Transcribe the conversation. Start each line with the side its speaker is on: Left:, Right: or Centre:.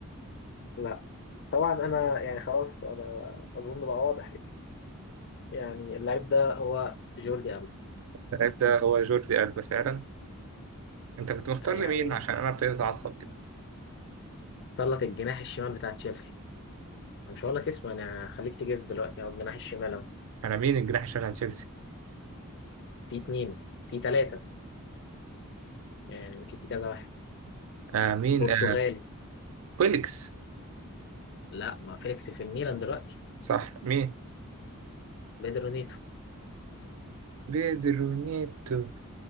Left: لا طبعا انا يعني خلاص انا اظن بقى واضح يعني اللعيب ده هو جوردي ألبا
Right: اللاعب ده هو جوردي ألبا فعلا انت كنت مختار
Left: يعني
Right: لي مين عشان انا ابتديت اتعصب كده
Left: اختار لك الجناح الشمال بتاع تشيلسي أنا مش هقول لك اسمه انا هخليك تجز دلوقتي هو الجناح الشمال اهو
Right: انا مين الجناح الشمال على تشيلسي
Left: في اتنين في تلاتة يعني في كذا واحد
Right: آه مين
Left: برتغالي
Right: آه فيليكس
Left: لا ما فيليكس في الميلان دلوقتي
Right: صح مين
Left: بيدرو نيتو
Right: بيدرو نيتو